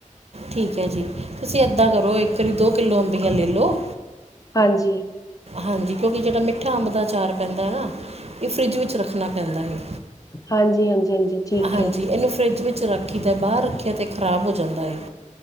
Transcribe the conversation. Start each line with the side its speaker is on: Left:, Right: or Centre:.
Right: ਠੀਕ ਐ ਜੀ, ਤੁਸੀਂ ਇੱਦਾਂ ਕਰੋ ਇੱਕ ਵਾਰੀ ਦੋ ਕਿੱਲੋ ਅੰਬੀਆਂ ਲੈ ਲੋ।
Left: ਹਾਂਜੀ।
Right: ਹਾਂਜੀ, ਕਿਉਂਕਿ ਜੇੜਾ ਮਿੱਠਾ ਅੰਬ ਦਾ ਅਚਾਰ ਪੈਂਦਾ ਐ ਆ। ਏਅ ਫਰਿੱਜ ਵਿੱਚ ਰੱਖਣਾ ਪੈਂਦਾ ਐ।
Left: ਹਾਂਜੀ ਹਾਂਜੀ ਹਾਂਜੀ ਠੀਕ
Right: ਹਾਂਜੀ,
Left: ਹੈ
Right: ਏਨੂੰ ਫਰਿੱਜ ਵਿੱਚ ਰੱਖ ਰਖੀ ਦਾ ਬਾਰ ਰੱਖਿਆ ਤੇ ਖਰਾਬ ਹੋ ਜਾਂਦਾ ਐ,